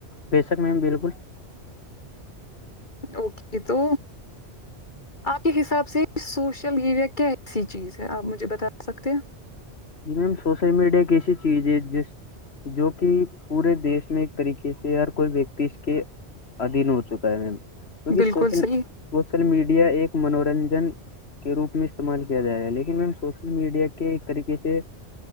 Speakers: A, on the left; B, on the left.
A: بے شک میم بالکل
B: اوکے تو آپ کے حساب سے سوشل میڈیا کی ایسی چیز ہے آپ مجھے بتا سکتے ہیں
A: جی میم سوشل میڈیا کی ایسی چیز ہے جس جو کہ پورے دیش میں ایک طریقے سے ہر کوئی ویکتی اس کے ادھیین ہو چکا ہے کیکہ
B: بالکل صحیح
A: سوشل میڈیا ایک منورنجن کے روپ میں استعمال کیا جا رہا ہے لیکن میم سوشل میڈیا کے ایک طریقے سے